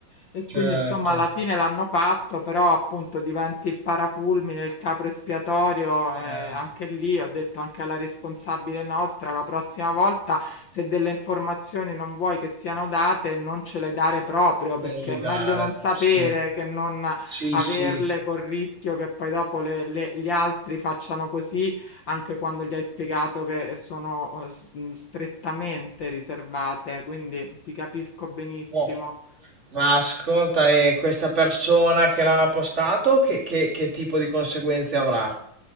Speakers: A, on the left (about 70°); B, on the right (about 20°).
A: E
B: certo.
A: quindi insomma alla fine l'hanno fatto, però appunto diventi il parafulmine, il capro espiatorio, eh,
B: Eh,
A: anche lì ho detto anche alla responsabile nostra, la prossima volta se delle informazioni non vuoi che siano date, non ce le dare proprio, perché
B: non gli
A: è meglio
B: dare.
A: non sapere
B: Sì,
A: che non
B: sì,
A: averle
B: sì.
A: col rischio che poi dopo le- le- gli altri facciano così anche quando gli hai spiegato che sono eh, s- mh, strettamente riservate, quindi ti capisco benissimo.
B: Oh, ma ascolta, e questa persona che l'ha postato, che, che- che tipo di conseguenze avrà?